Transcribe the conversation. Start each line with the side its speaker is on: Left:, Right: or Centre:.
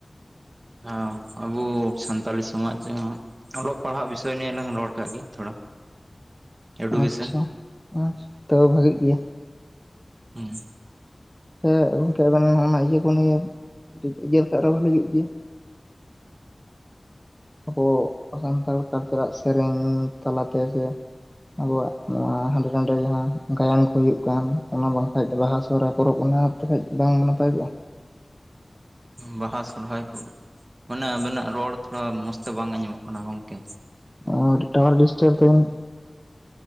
Right: ᱦᱮᱸ ᱟᱵᱚ ᱥᱟᱱᱛᱟᱞᱤ ᱥᱚᱢᱟᱡᱽ ᱡᱟᱸᱦᱟ ᱚᱞᱚᱜ ᱯᱟᱲᱦᱟᱜ ᱵᱤᱥᱚᱭ ᱱᱤᱭᱮ ᱞᱟᱝ ᱨᱚᱲ ᱠᱟᱜ ᱜᱮ ᱛᱷᱚᱲᱟ᱾ ᱮᱰᱩᱠᱮᱥᱚᱱ
Centre: ᱟᱪᱪᱷᱟ ᱟᱪᱪᱷᱟ ᱛᱟᱹᱣ ᱵᱷᱟᱹᱜᱤᱜ ᱜᱮᱭᱟ᱾
Right: ᱦᱩᱸ
Centre: ᱥᱮ ᱜᱚᱢᱠᱮ ᱟᱵᱤᱱ <unintelligible> ᱤᱭᱟᱹ ᱠᱚ ᱱᱤᱭᱮ <unintelligible> ᱤᱡᱟᱹ ᱞᱮᱠᱟᱱ ᱫᱚᱦᱚᱸ ᱵᱷᱟᱞᱤ ᱦᱩᱭᱩᱜ ᱜᱮᱭᱟ ᱦᱮᱸ᱾ <unintelligible> ᱠᱚ ᱥᱟᱱᱛᱟᱲ ᱠᱟᱞᱪᱟᱨᱟᱜ ᱥᱮᱨᱮᱧ ᱛᱟᱞᱟᱛᱮ ᱥᱮ ᱟᱵᱚᱣᱟᱜ ᱱᱚᱣᱟ ᱦᱟᱸᱰᱮ ᱱᱟᱰᱮ ᱡᱟᱦᱟᱸ ᱜᱟᱭᱟᱱ ᱠᱚ ᱦᱩᱭᱩᱜ ᱠᱟᱱ ᱚᱱᱟ ᱵᱟᱝᱠᱷᱟᱡ ᱫᱚ ᱵᱟᱦᱟ ᱥᱚᱦᱨᱟᱭ᱾ ᱯᱚᱨᱚᱵᱽ ᱚᱱᱟ ᱛᱮᱠᱷᱟᱡ ᱵᱟᱝ ᱱᱟᱯᱟᱭ ᱠᱚᱜᱼᱟ?
Right: ᱵᱟᱦᱟ ᱥᱚᱦᱨᱟᱭ ᱠᱚ ᱢᱟᱱᱮ ᱟᱵᱮᱱᱟᱜ ᱨᱚᱲ ᱛᱷᱚᱲᱟ ᱢᱚᱸᱡᱽᱛᱮ ᱵᱟᱝ ᱟᱸᱡᱚᱢᱚᱜ ᱠᱟᱱᱟ ᱜᱚᱝᱠᱮ᱾
Centre: ᱚ ᱴᱟᱣᱟᱨᱮ ᱰᱤᱥᱴᱟᱵᱤᱝ᱾